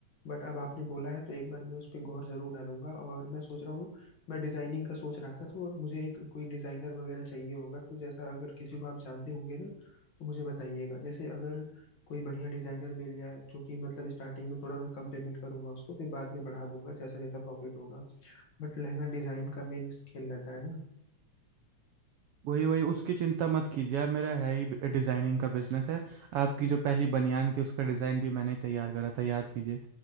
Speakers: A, on the left; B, on the right.
A: बट अब आपने बोला है तो एक बार मैं उस पर गौर जरूर डालूंगा और मैं सोच रहा हूँ मैं डिजाइनिंग का सोच रहा था तो मुझे एक कोई डिजाइनर वगैरह चाहिए होगा तो जैसा अगर किसी को आप जानते होंगे ना तो मुझे बताइएगा जैसे अगर कोई बढ़िया डिजाइनर मिल जाए जो कि मतलब स्टार्टिंग में थोड़ा मैं कम पेमेंट करूंगा उसको फिर बाद में बढ़ा दूंगा जैसा जैसा प्रॉफिट होगा बट लहंगा डिजाइन का मेन खेल रहता है ना
B: वही वही उसकी चिंता मत कीजिए आप मेरा है ही डिज़ाइनिंग का बिजनेस है आपकी जो पहली बनियान थी उसका डिज़ाइन भी मैंने ही तैयार करा था याद कीजिए